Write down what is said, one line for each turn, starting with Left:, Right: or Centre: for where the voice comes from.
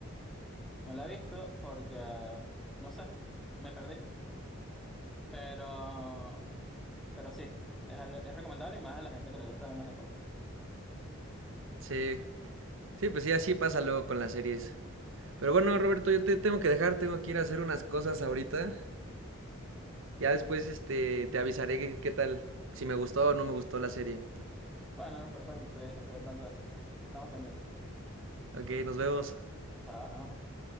Centre: no la he visto porque, no sé, me perdí, pero, pero sí, es, al- es recomendable y más a la gente que le gustan los deportes.
Right: Sí, sí, pues sí, así pasa luego con las series. Pero bueno, Roberto, yo te tengo que dejar, tengo que ir a hacer unas cosas ahorita. Ya
Centre: Bu-
Right: después, este, te avisaré qué qué tal, si me gustó o no me gustó la serie.
Centre: Bueno, perfecto, estoy, estoy al tanto de eso. <laughs> Estamos pendientes.
Right: Ok, nos vemos.
Centre: Chao, nos vemos.